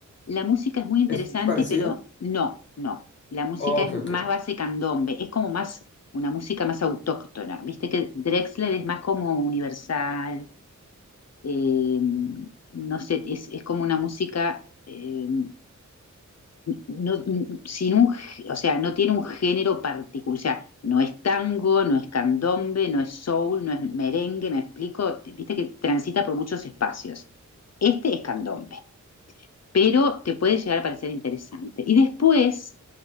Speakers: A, on the left (about 55°); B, on the left (about 35°).
A: La música es muy interesante,
B: ¿Es parecida?
A: pero no, no. La música
B: Ok,
A: es más
B: ok.
A: base candombe, es como más una música más autóctona. Viste que Drexler es más como universal, eh, no sé, es, es, como una música eh, no, sin un, o sea, no tiene un género particular, o sea, no es tango, no es candombe, no es soul, no es merengue, me explico, viste que transita por muchos espacios. Este es candombe pero te puede llegar a parecer interesante. Y después